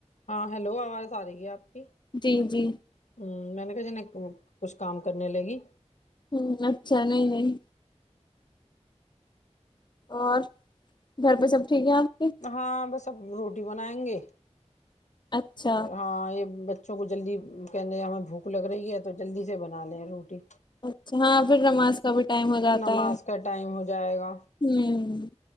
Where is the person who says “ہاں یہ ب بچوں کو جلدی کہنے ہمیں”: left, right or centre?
Left